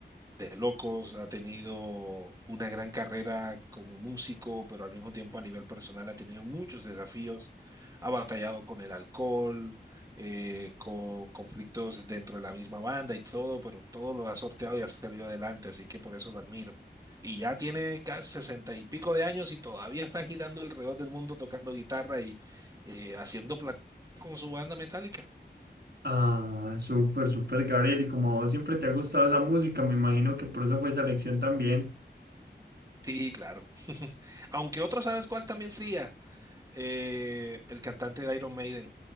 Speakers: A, on the right (about 20°); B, on the right (about 60°).
A: de locos, ha tenido una gran carrera como músico, pero al mismo tiempo a nivel personal ha tenido muchos desafíos, ha batallado con el alcohol, eh, con conflictos dentro de la misma banda y todo, pero todo lo ha sorteado y ha salido adelante, así que por eso lo admiro. Y ya tiene casi sesenta y pico de años y todavía está girando alrededor del mundo tocando guitarra y eh, haciendo plata con su banda metálica.
B: Ah, súper, súper Gabriel. Y como a vos siempre te ha gustado esa música, me imagino que por eso fue esa elección también.
A: Sí, claro. <laughs> Aunque otro, ¿sabes cuál también sería? eh, el cantante de Iron Maiden,